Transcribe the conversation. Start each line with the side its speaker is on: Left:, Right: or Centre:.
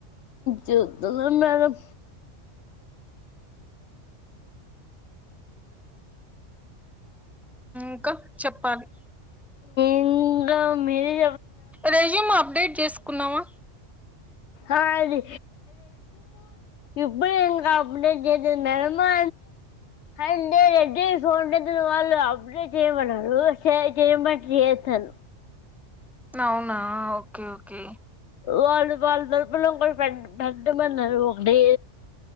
Left: చదున్నాడం
Centre: ఇంకా చెప్పాలి
Left: ఇింగమిల్
Centre: రజీమా అప్డేట్ చేసుకున్నావా
Left: అది ఇప్పుడుంకా అప్డే చే నిలమా
Centre: <inaudible>
Left: అే రెడ్డి ఫోన్ వాళ్ళు అప్పుడే చేయమారు చేయమ చే హలో
Centre: అవునా ఓకే ఓకే
Left: వాళ్ళు వాళ తరపున ఇ పె పెట్టమన్నారు ఒకటే